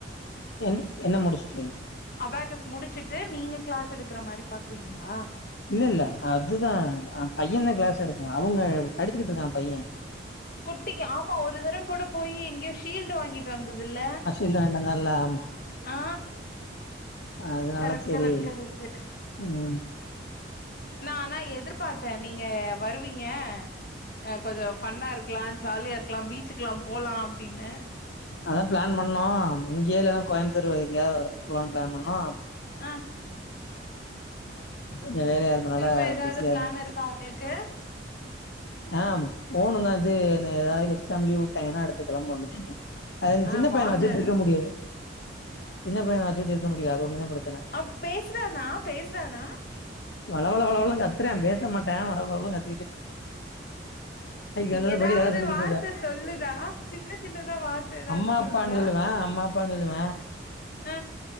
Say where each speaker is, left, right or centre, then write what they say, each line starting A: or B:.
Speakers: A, on the left (about 65°); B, on the left (about 50°).
A: என் என்ன முடிச்சுட்டு
B: அபாகஸ் முடிச்சிட்டு நீங்க கிளாஸ் எடுக்குற மாறி பாக்குறீங்களா
A: இல்ல இல்ல அதுதா பையதா கிளாஸ் எடுக்கும் அவங்க படிச்சு கிட்டு இருக்கா பைய
B: குட்டிக்கு ஆமா ஒரு தர கூட போயி எங்கயோ ஷீல்டு வாங்கிட்டு வந்ததுல
A: இல்ல இன்னு நல்லா ஆ
B: ஆ
A: அதனால
B: கரெக்ட்
A: சரி
B: கரெக்ட் கரெக்ட்டு
A: ம்
B: நா ஆனா எதிர்பாத்த நீங்க வருவீங்க ஆ கொஞ்ச ஃபன்னா இருக்கு க்கலாம் ஜாலியா இருக்கலா பீச்சுக்கெல்லா போலா அப்டின்னு
A: அதா பிளான் பண்ணோ இங்கயே இல்லன்னா கோயம்பத்தூர் எங்கயாவது ஒரு இடத்துக்கு போகலான்னு பிளான் பண்ணோ
B: ஆ ஓகே
A: கொஞ்சம்
B: ஓகே
A: வேலையா இருந்தனால
B: திரும்ப ஏதாவது
A: பிஸியா
B: பிளான்
A: இருந்தோம்
B: இருக்கா உங்களுக்கு க்கு
A: ஆ ம் போணும் தா இது ஏதாவது எக்ஸாம்மு லீவு விட்டாங்கன்னா அடுத்து கிழம்ப போண்டியதா அது இந்த
B: ஆ
A: சின்ன பையன
B: வாங்க
A: வச்சுட்டு இருக்க முடியாது சின்ன பையன வச்சுட்டு இருக்க முடியாது அது ஒண்ணு தா பிரச்
B: அ பேசுறானா பேசுறானா
A: வளவள வளனு கத்துரா பேச மாட்டா வளவளனு கத் வந்தது
B: ஏதாவது
A: படி
B: ஒரு
A: சொல்லிக்கிட்டு
B: வார்த்த
A: இருப்பேன்
B: சொல்லுதா சின்ன சின்னதா வார்த்த ஏதாவது
A: அம்மா அப்பான்னு
B: சொல்லுதா
A: சொல்லுவேன். அம்மா அப்பான்னு சொல்லுவ
B: ஆ